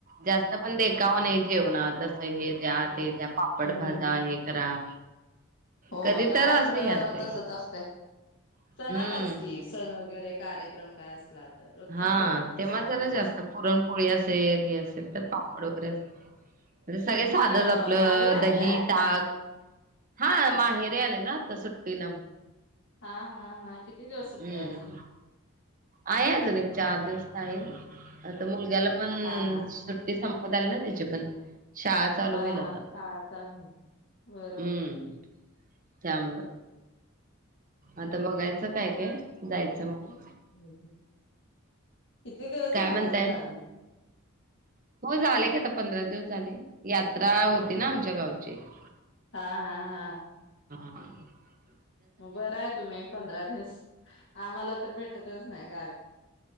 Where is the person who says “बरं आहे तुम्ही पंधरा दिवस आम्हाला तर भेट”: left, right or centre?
Left